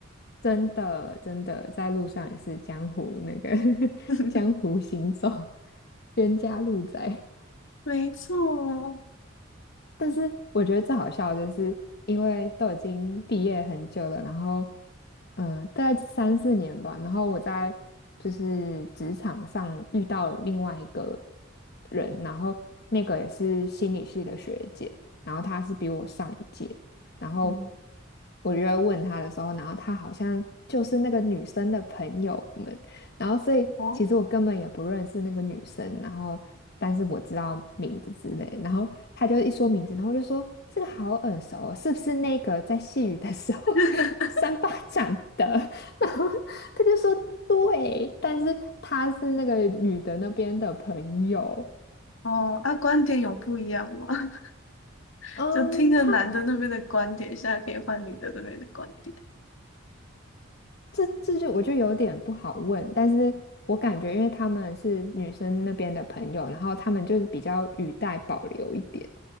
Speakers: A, on the left; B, on the left.
A: 真的真的在路上也是江湖那个 <laughs>
B: <laughs>
A: 江湖行走，冤家路窄。
B: 没错，
A: 但是我觉得最好笑的就是，因为都已经毕业很久了，然后，嗯、呃大概三四年吧，然后我在就是职场上遇到了另外一个人，然后那个也是心理系的学姐，然后她是比我上一届，然后
B: 嗯，
A: 我就会问她的时候，然后她好像就是那个女生的朋友们，然后所以其实我根本也不认识那个女生，
B: 哦。
A: 然后但是我知道名字之类，然后他就一说名字，然后我就说这个好耳熟哦，是不是那个在细雨的时候
B: <laughs>
A: <laughs> 三巴掌的？<laughs> 然后他就说对，但是他是那个女的那边的朋友，
B: 哦，那观点有不一样吗？<laughs>
A: 嗯，
B: 就听了男的那边的观点，
A: 他
B: 现在可以换女的那边的观点。
A: 这这就我就有点不好问，但是我感觉因为他们是女生那边的朋友，然后他们就是比较语带保留一点，